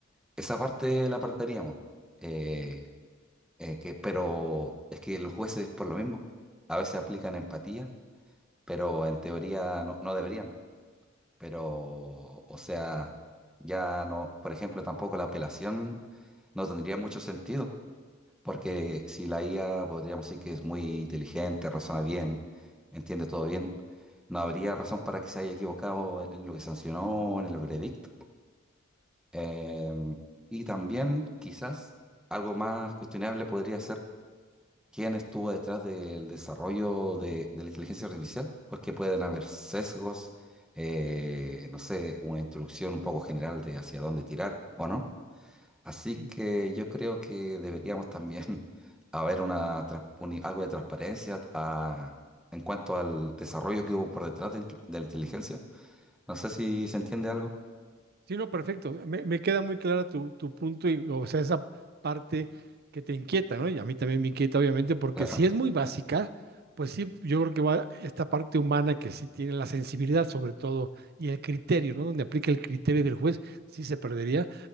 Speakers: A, in the centre; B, on the right.
A: Esa parte la perderíamos, eh, eh, que, pero es que los jueces por lo mismo, a veces aplican empatía, pero en teoría no, no deberían, pero o sea, ya no, por ejemplo, tampoco la apelación no tendría mucho sentido porque si la IA podríamos decir que es muy inteligente, razona bien, entiende todo bien, no habría razón para que se haya equivocado en lo que sancionó, o en el veredicto. Em, y también quizás algo más cuestionable podría ser quién estuvo detrás del desarrollo de, de la inteligencia artificial, porque pueden haber sesgos, eh, no sé, una instrucción un poco general de hacia dónde tirar, ¿o no? Así
B: Sí,
A: que yo creo que deberíamos también <laughs> haber una, trans- uni- algo de transparencia a- en cuanto al desarrollo que hubo por detrás de, inte- de la inteligencia. No sé si se entiende algo.
B: Sí, no, perfecto. Me, me queda muy clara tu, tu punto y, o sea, esa parte que te inquieta, ¿no? Y a mí también me inquieta, obviamente, porque
A: <laughs> Claro,
B: si es muy básica, pues sí, yo creo que va esta parte humana que sí tiene la sensibilidad, sobre todo, y el criterio, ¿no? Donde aplica el criterio del juez, sí se perdería